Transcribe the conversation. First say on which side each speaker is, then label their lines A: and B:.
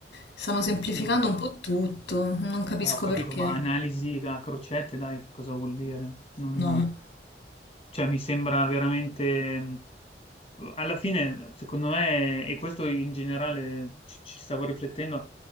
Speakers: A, on the left; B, on the left.
A: stanno semplificando
B: No,
A: un po' tutto, non capisco
B: beh, ho capito,
A: perché.
B: ma analisi a crocette, dai, che cosa vuol dire? Non-
A: No,
B: cioè, mi sembra veramente... Alla fine, secondo me, e questo in generale ci, ci stavo riflettendo,